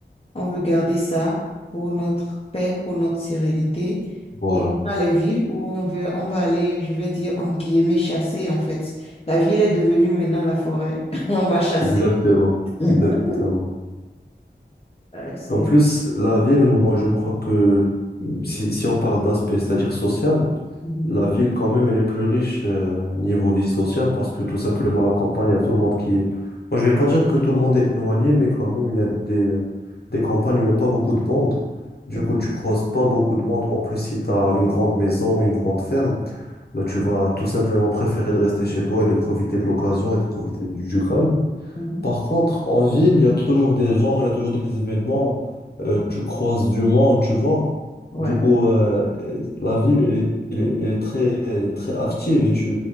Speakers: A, on the left (about 30°); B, on the left (about 60°).
A: on veut garder ça pour notre paix, pour notre sérénité.
B: Voilà,
A: Et dans les villes où on veut, on va aller, je vais dire, entre guillemets, chasser en fait. La ville est devenue maintenant la forêt. <laughs> On va chasser.
B: exactement. Exactement.
A: <laughs> Euh, c'est...
B: En plus, la ville, moi, je crois que si, si on parle d'aspect, c'est-à-dire social,
A: Mhm,
B: La ville, quand même, elle est plus riche euh, niveau vie sociale parce que tout simplement, la campagne, il y a tout le monde qui est. Moi, je vais pas dire que tout le monde est éloigné, mais quand même, il y a des, euh, des campagnes où il n'y a pas beaucoup de monde. Du
A: mhm,
B: coup, tu croises pas beaucoup de monde. En plus, si tu as une grande maison, une grande ferme, bah, tu vas tout simplement préférer de rester chez toi et de profiter de l'occasion et de profiter du, du calme.
A: mhm.
B: Par contre, en ville, il y a toujours des gens, il y a toujours des événements, euh, tu croises du monde, tu vois.
A: Ouais.
B: Du coup, euh, la ville, elle est, elle est- elle est très, elle est très active et tu,